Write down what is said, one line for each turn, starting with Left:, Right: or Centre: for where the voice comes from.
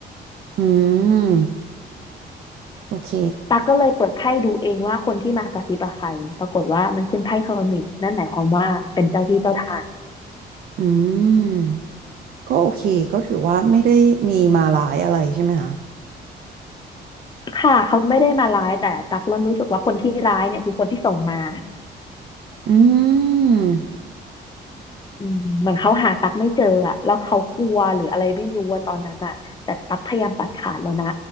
Right: อืมโอเค
Left: ตั๊กก็เลยเปิดไพ่ดูเองว่าคนที่มากระซิบอะใครปรากฏว่ามันขึ้นไพ่เฮอร์มิตนั่นหมายความว่าเป็นเจ้าที่เจ้าทาง
Right: อืมก็โอเคก็ถือว่าไม่ได้มีมาลายอะไรใช่ไหมคะ
Left: ค่ะเขาไม่ได้มาร้ายแต่ตั๊กเริ่มรู้สึกว่าคนที่ร้ายเนี่ยคือคนที่ส่งมา
Right: อืม
Left: อืมเหมือนเขาหาตั๊กไม่เจออะแล้วเขากลัวหรืออะไรไม่รู้ว่าตอนนั้นอะแต่ตั๊กพยายามตัดขาดแล้วนะ